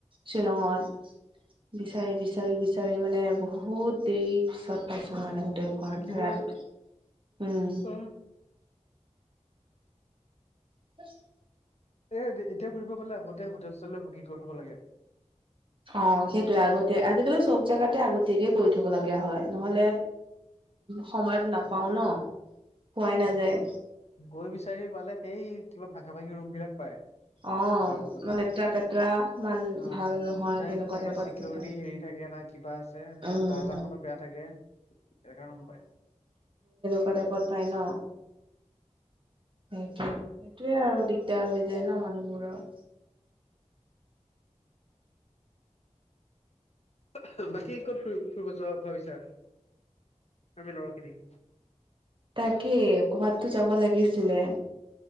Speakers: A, on the right; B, on the left.
A: শ্বিলংত বিচাৰি বিচাৰি বিচাৰি মানে বহুত দেৰি পিছত পাইছো মানে হো টেলখন
B: থাকিবলৈ
A: ৰাত উম।
B: অ
A: <inaudible>
B: তে যে যেতিয়া ফুৰিব গ'লে আগতে হোটেল - চুটেল বুকিং কৰি থব লাগে।
A: অ সেইটোৱে আগতিয়া আজিকালি চব জাগাতে আগতীয়াকে কৰি থব লাগে হয় নহলে সময়ত নাপাও ন। পোৱাই
B: এ
A: নাযায়
B: গৈ গৈ বিচাৰি পালে সেই কিবা ভাঙা ভাঙি ৰূপবিলাক পায়।
A: অ
B: য'ত তত,
A: লেতেৰা পেতেৰা ইমান
B: অ
A: ভাল নহয়
B: নাই
A: তেনেকুৱা
B: কিবা
A: টাইপত
B: চিকিউৰিটি
A: পায়
B: হেৰি থাকে নাই কিবা আছে আৰু
A: উম
B: দৰ্জাখনো বেয়া থাকে সেই কাৰণে।
A: ত এপত পাই ন? সেইটোয়ে, সেইটোয়ে আৰু দিগদাৰ হৈ যায় ন মানুহবোৰৰ।
B: হু বাকী ক'ত ফুৰি ফুৰিব যোৱা ভাবিছা আমি লৰাখিনি?
A: তাকে ক'ৰবাততো যাব লাগিছিলে।